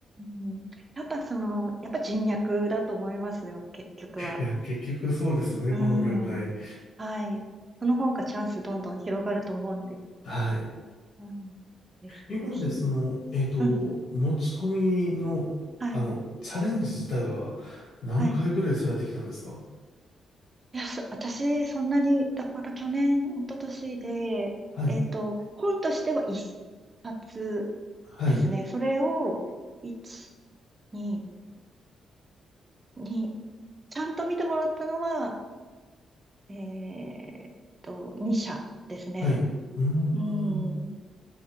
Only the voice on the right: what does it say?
ん。やっぱその、やっぱ人脈だと思いますよ、結局は。
うん。
はい。その方がチャンスどんどん広がると思うんで。
うん。ぜひぜひ。
う
ん。
はい。
はい。いや、そ、私、そんなに、だから去年、一昨年で、
えっと、本としては一冊ですね。
それを、一、二、二、ちゃんと見てもらったのは、えっと、二社ですね。
うん。だ